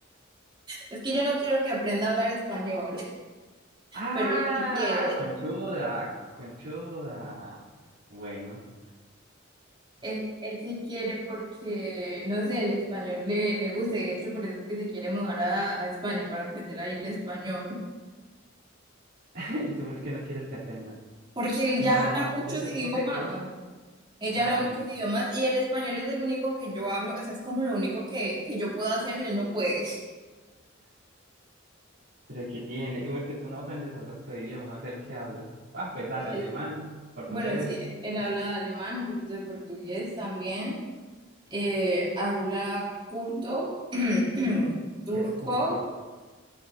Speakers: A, on the right (about 25°); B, on the right (about 70°).
A: es que yo no quiero que aprenda a hablar español,
B: ¡Ah!
A: pero él sí quiere,
B: Conchuda, conchuda. Bueno.
A: él, él sí quiere porque, no sé, el español le, le gusta, y de hecho por eso es que se quiere mudar a, a España para aprender ahí el español.
B: <laughs> ¿Y tú por qué no quieres que aprenda?
A: Porque él
B: O
A: ya
B: sea, dale,
A: habla muchos
B: yo supuse
A: idiomas.
B: cosas.
A: Ella
B: Ah,
A: habla muchos
B: y
A: idiomas y el español es el único que yo hablo, o sea, es como lo único que, que yo puedo hacer y él no puede.
B: pero ¿qué tiene? ¿Y por qué tú no aprendes el resto de idiomas? El que habla. Ah, pues dale,
A: Él,
B: alemán, portugués.
A: bueno, sí, él
B: Pues,
A: habla alemán, un poquito de portugués también, eh, habla kurdo, <clears throat> turco.
B: que es curto.